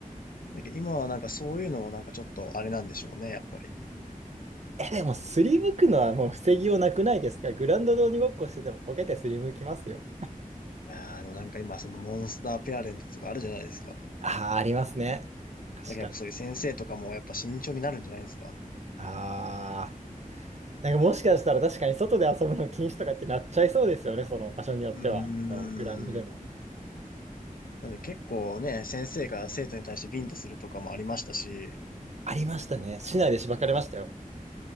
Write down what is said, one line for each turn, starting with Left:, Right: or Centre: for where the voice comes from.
Left: だけど今はなんかそういうのもなんかちょっとあれなんでしょうね、やっぱり。
Right: え、でも、すりむくのはもう防ぎようなくないですかグラウンドで鬼ごっこしててもこけてすりむきますよ。
Left: いやー、でもなんか今、そのモンスターペアレントとかあるじゃないですか。
Right: ああ、ありますね。確かに。
Left: なんかやっぱそういう先生とかもやっぱ慎重になるんじゃないですか。
Right: ああ。なんかもしかしたら確かに外で遊ぶの禁止とかってなっちゃいそうですよね、その場所によっては。
Left: うーん。
Right: もうグラウンドでも。
Left: なんで結構ね、
Right: えー
Left: 先生が生徒に対してビンタするとかもありましたし、
Right: ありましたね。市内でしばかれましたよ。